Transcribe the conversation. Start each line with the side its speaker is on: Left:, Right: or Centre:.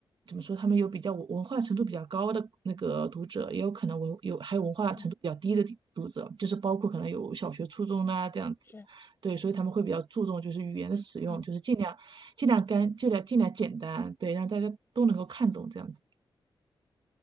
Right: 怎么说？他们有比较文文化程度比较高的那个读者，也有可能文有还有文化程度比较低的读者，
Left: 嗯
Right: 就是包括可能有小学、初中啊这样子。
Left: 是。
Right: 对，所以他们会比较注重就是语言的使用，
Left: 嗯
Right: 就是尽量尽量干，尽量尽量简单，对，让大家都能够看懂这样子。